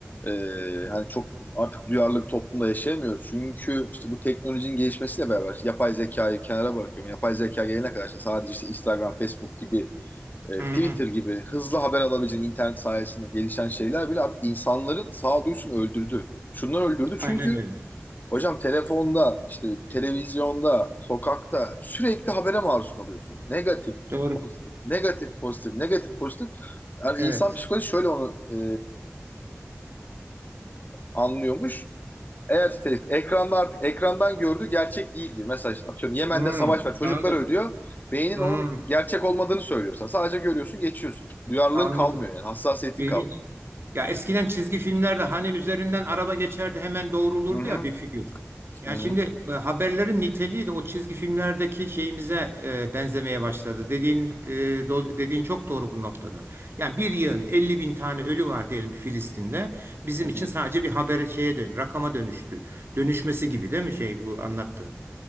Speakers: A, on the left (about 40°); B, on the right (about 55°).
A: e, hani çok artık duyarlı bir toplumda yaşayamıyoruz. Çünkü işte bu teknolojinin gelişmesiyle beraber işte yapay zekayı kenara bırakıyorum. Yapay zeka gelene kadar işte sadece işte Instagram, Facebook gibi e,
B: Hmm,
A: Twitter gibi hızlı haber alabileceğin internet sayesinde gelişen şeyler bile artık insanların sağduyusunu öldürdü. Şundan öldürdü
B: aynen
A: çünkü
B: öyle.
A: hocam telefonda, işte televizyonda, sokakta sürekli habere maruz kalıyorsun. Negatif,
B: Doğru.
A: pozitif, negatif, pozitif, negatif, pozitif. Yani
B: Evet.
A: insan psikolojisi şöyle onu e, anlıyormuş. Eğer te- ekranda artık ekrandan gördüğü gerçek değil gibi. Mesela işte atıyorum Yemen'de
B: Hmm,
A: savaş var, çocuklar
B: anladım.
A: ölüyor. Beynin
B: Hmm,
A: onun gerçek olmadığını söylüyorsan sadece görüyorsun, geçiyorsun. Duyarlılığın
B: anladım.
A: kalmıyor yani, hassasiyetin
B: İlginç.
A: kalmıyor.
B: Ya eskiden çizgi filmlerde hani üzerinden araba geçerdi hemen doğrulurdu
A: Hı hı,
B: ya bir figür. Yani
A: hı hı,
B: şimdi e, haberlerin niteliği de o çizgi filmlerdeki şeyimize e, benzemeye başladı. Dediğin e, do- dediğin çok doğru bu noktada. Yani bir yığın elli bin tane ölü var diyelim ki Filistin'de. Bizim
A: hı hı.
B: için sadece bir habere şeye dön, rakama dönüştü. Dönüşmesi gibi değil mi şey bu anlattığın?